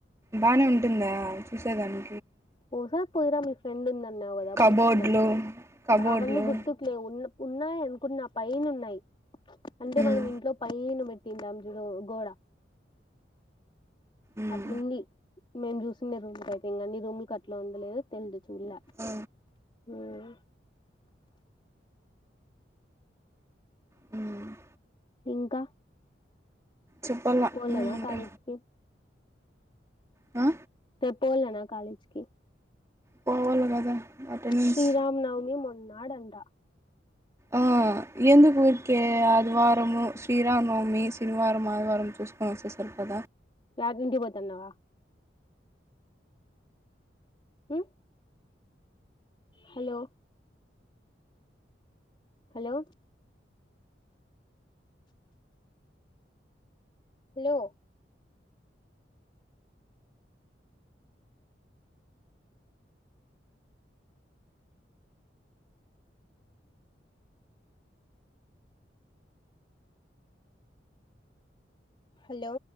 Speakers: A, on the right; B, on the left.
A: బానే ఉంటుందా చూసేదాని
B: ఒకసారి పోయిరా మీ ఫ్రెండ్ ఉందన్నా వ్గ అప్పుడు
A: కబోర్డ్లు
B: చూడంత
A: కబోర్డ్లు
B: అవన్నీ గుర్తుకు లేవు ఉన్న ఉన్నాయి అనుకున్న పైన ఉన్నాయి అంటే
A: ఉమ్
B: మనం ఇంట్లో పైన పెట్ నంజుడో గోడ
A: ఉమ్
B: అట్లుంది మేము చూసినే రూమ్ టైతే ఇంకా అన్ని రూమ్లు అట్ ఉలేదు తెల్లిదు చూల్ల
A: ఆ
B: స
A: మ్
B: ఇంకా
A: చెప్పాల
B: పోలనా
A: ఏమంటే
B: కాలెజ్కి
A: ఆ
B: పోలెనా కాలేజ్కి
A: పోవలె కదా అటెండెన్స్
B: శ్రీరామ్ నవమి మొన్నాడంట
A: ఆ ఎందుకు ఊరికే ఆదివారము శ్రీరానవమి శనివారం ఆదివారం చూసుకొని వొస్తె సరిపొ దా
B: రాజుంటికి పోతన్నావా మ్ హలో హలో హలో హలో